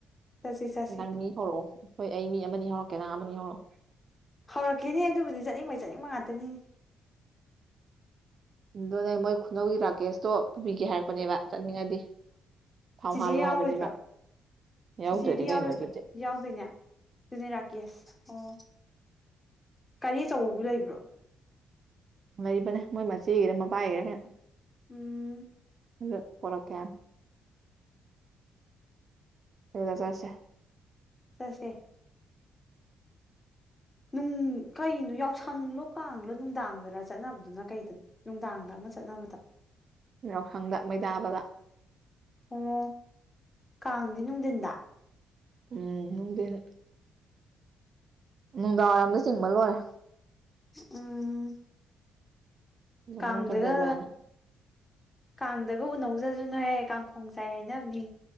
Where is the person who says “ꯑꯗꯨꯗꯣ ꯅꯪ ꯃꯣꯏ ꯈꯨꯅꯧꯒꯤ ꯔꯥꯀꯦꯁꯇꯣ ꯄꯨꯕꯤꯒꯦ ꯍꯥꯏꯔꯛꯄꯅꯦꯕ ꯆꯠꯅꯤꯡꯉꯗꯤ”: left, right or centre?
Right